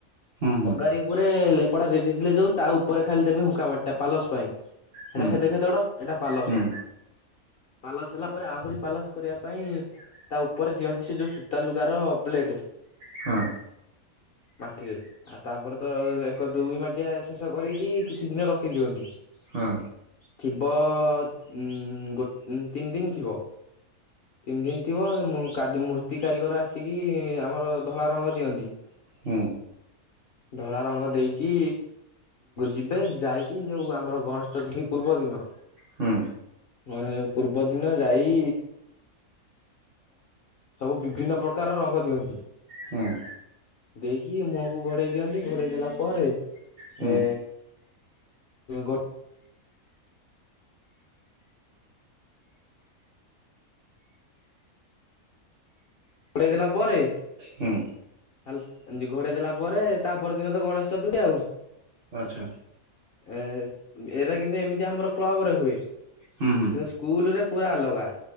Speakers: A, on the right (about 50°); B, on the left (about 55°).
A: ହୁଁ ହୁଁ
B: ଅଗାର ଉପରେ ଲେପଡା ଦେଇ ଦେଇେଇଥିଲେ ଯୋଉ ତା ଉପରେ ଖାଲି ଦେବେ ହୁଙ୍କା ମାଟିଟା ପାଲସ ପାଇଁ।
A: ହୁଁ।
B: କ୍ଷେତ ଖେଦଡ଼ ଏଇଟା ପାଲସ।
A: ହୁଁ
B: ପାଲସ ହେଲା ପରେ ଆହୁରି ପାଲସ କରିବା ପାଇଁ ତା ଉପରେ ଦିଅନ୍ତି ସେ ଯୋଉ ସୂତା ଲୁଗା ର ପ୍ଲେଟ।
A: ହଁ,
B: ମାଟିରେ ଆଉ ତାପରେ ତ ଏକ ଦୁଇ ମାଟିଆ ଶେଷ କରକି କିଛି ଦିନ ରଖି ଦିଅନ୍ତି।
A: ହଁ,
B: ଥିବ ଉ ଗୋ ତିନି ଦିନ ଥିବ। ତିନି ଦିନ ଥିବ ମୁ କାଦ୍ ମୂର୍ତ୍ତି କାରିଗର ଆସିକି ଆମର ଧଳା ରଙ୍ଗ ଦିଅନ୍ତି।
A: ହୁଁ,
B: ଧଳା ରଙ୍ଗ ଦେଇକି ଯିବେ ଯାଇକି ଯୋଉ ଆମର ଗଣେଶ ଚତୁର୍ଥୀ ପୂର୍ବ ଦିନ
A: ହୁଁ,
B: କଣ ପୂର୍ବ ଦିନ ଯାଇ ସବୁ ବିଭିନ୍ନ ପ୍ରକାର ରଙ୍ଗ ଦିଅନ୍ତି।
A: ହୁଁ <inaudible>
B: ଦେଇକି ମୁହଁକୁ ଘୋଡେଇ ଦିଅନ୍ତି ଘୋଡେଇ ଦେଲା ପରେ
A: ହୁଁ
B: ଏ ଗୋ ଘୋଡେଇ ଦେଲା ପରେ
A: ହୁଁ,
B: ହାଲ୍ ଘଡେଇ ଦେଲା ପରେ ତାପର ଦିନ ତ ଗଣେଶ ଚତୁର୍ଥୀ ଆଉ
A: ଆଚ୍ଛା <inaudible>
B: ଏ ଏଇରା କିନ୍ତୁ ଏମିତି ଆମର କ୍ଲବ ରେ ହୁଏ କି
A: ହୁଁ ହୁଁ
B: ସ୍କୁଲ ରେ ପୁରା ଅଲଗା